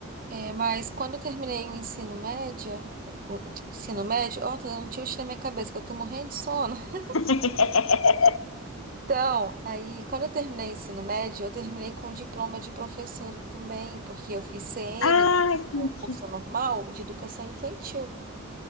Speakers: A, on the right; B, on the left.
A: É, mas quando eu terminei o ensino médio, o ensino médio, ó, tô dando um tilt na minha cabeça, que eu tô morrendo de sono. <laughs>
B: <laughs>
A: Então, aí, quando eu terminei o ensino médio, eu terminei com diploma de professora também, porque eu fiz CN,
B: Ah, entendi.
A: o curso normal de educação infantil.